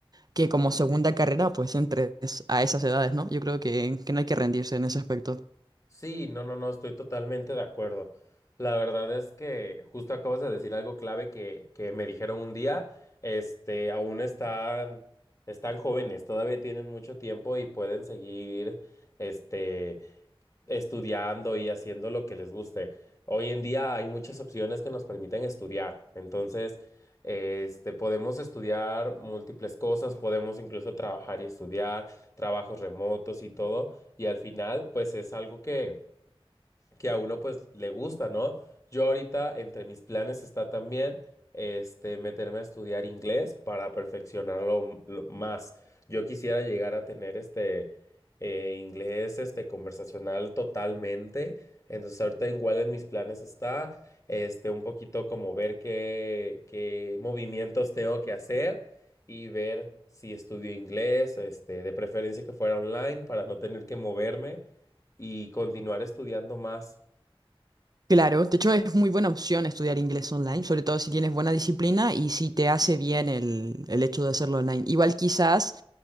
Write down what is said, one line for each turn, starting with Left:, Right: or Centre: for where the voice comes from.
Right: que como segunda carrera pues entres a esas edades, ¿no? Yo creo que, que no hay que rendirse en ese aspecto.
Left: Sí, no, no, no, estoy totalmente de acuerdo. La verdad es que justo acabas de decir algo clave que, que me dijeron un día, este, aún están, están jóvenes, todavía tienen mucho tiempo y pueden seguir, este estudiando y haciendo lo que les guste. Hoy en día hay muchas opciones que nos permiten estudiar. Entonces, este, podemos estudiar múltiples cosas, podemos incluso trabajar y estudiar, trabajos remotos y todo. Y al final, pues es algo que que a uno pues le gusta, ¿no? Yo ahorita entre mis planes está también este meterme a estudiar inglés para perfeccionarlo m- lo más. Yo quisiera llegar a tener este eh, inglés este conversacional totalmente. Entonces ahorita igual en mis planes está este un poquito como ver qué, qué movimientos tengo que hacer y ver si estudio inglés, este, de preferencia que fuera online para no tener que moverme y continuar estudiando más.
Right: Claro, de hecho es muy buena opción estudiar inglés online, sobre todo si tienes buena disciplina y si te hace bien el, el hecho de hacerlo online. Igual quizás,